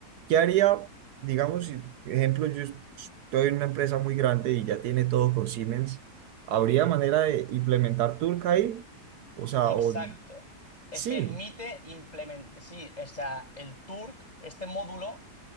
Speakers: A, on the right (about 75°); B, on the left (about 25°).
A: ¿qué haría, digamos, si, ejemplo, yo estoy en una empresa muy grande y ya tiene todo con Siemens, ¿habría
B: Ujú,
A: manera de implementar Turk ahí? O sea,
B: Exacto.
A: o,
B: Eh,
A: sí,
B: permite implementar, sí, o sea, el Turk, este módulo,